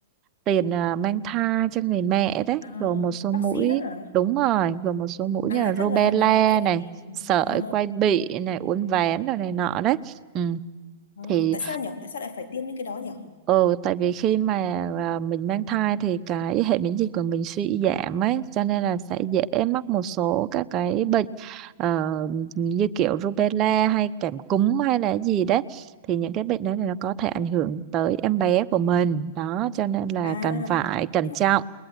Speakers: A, on the right; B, on the left.
A: tiền ờ, mang thai cho người mẹ đấy
B: à,
A: rồi một số mũi
B: vaccine á hả
A: đúng rồi gồm một số mũi
B: à
A: như là rubella
B: chắc là tại
A: này
B: vì
A: sởi
B: à,
A: quai bị này uốn ván rồi này nọ đấy ừ.
B: à,
A: thì
B: tại sao nhở tại sao lại phải tiêm những cái đó nhở
A: ừ tại vì khi mà à, mình mang thai thì cái hệ miễn dịch của mình suy giảm ấy cho nên là sẽ dễ mắc một số các cái bệnh ờ, như kiểu rubella hay cảm cúm hay là gì đấy thì những cái bệnh đó thì nó có thể ảnh hưởng tới em bé của mình đó cho nên là
B: à,
A: cần phải cẩn
B: thế-
A: trọng